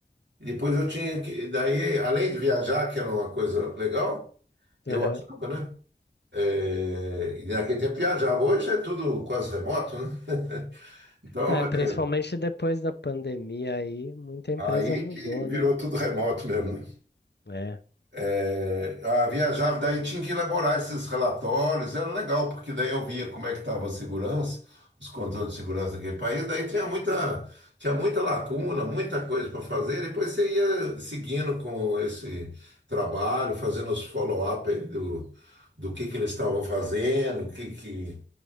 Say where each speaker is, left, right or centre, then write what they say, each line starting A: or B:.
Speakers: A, on the right; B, on the left.
A: E depois eu tinha que, daí, além de viajar, que era uma coisa legal, eu
B: Aham.
A: achava, né? Eh, e naquele tempo viajava. Hoje é tudo quase remoto, né? <laughs> Então,
B: É,
A: eh,
B: principalmente depois da pandemia aí, muita empresa
A: aí
B: mudou,
A: que virou
B: né?
A: tudo remoto mesmo, né?
B: É,
A: É, Ah, viajava, daí tinha que elaborar esses relatórios, era legal, porque daí eu via como é que estava a segurança, os controles de segurança daquele país, daí tinha muita, tinha muita lacuna, muita coisa para fazer, depois você ia seguindo com esse trabalho, fazendo os follow-up aí do, do que que eles estavam fazendo, o que que